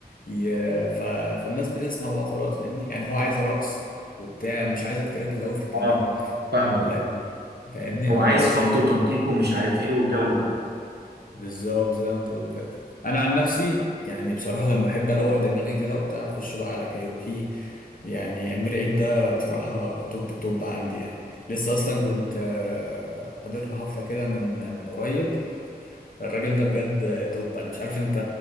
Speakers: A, on the left; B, on the right.
A: ي- ف... فالناس بتسمع بقى خلاص فاهمني يعني هو عايز رقص وبتاع مش عايزك تركز قوي في الكلام
B: اه فاهمك
A: لك فاهمني
B: هو
A: اه
B: عايز
A: لكن
B: خبط وتنطيط ومش عارف ايه والجو ده
A: بالظبط زي ما انت بتقول كده انا عن نفسي يعني بصراحه لما بحب اروق دماغي كده وبتاع اخش بقى على كايروكي يعني امير عيد ده بصراحه توب التوب عندي يعني لسه اصلا كنت آه، حاضر له حفله كده من من قريب الراجل ده بجد توب انا مش عارف انت